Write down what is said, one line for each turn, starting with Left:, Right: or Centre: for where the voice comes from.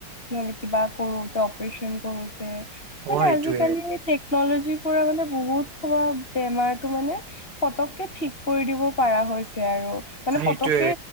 Left: নহলে কিবা কৰো, অপাৰেচন কৰো <unintelligible> <unintelligible> মানে
Right: অ', সেইটোয়ে
Left: আজিকালি টেক টেকন'লজিৰ পৰা মানে বহুত <inaudible> বেমাৰটো মানে পতককে ঠিক কৰি দিব পাৰা হৈছে আৰু। <unintelligible> মানে
Right: সেইটোয়ে।
Left: পতককে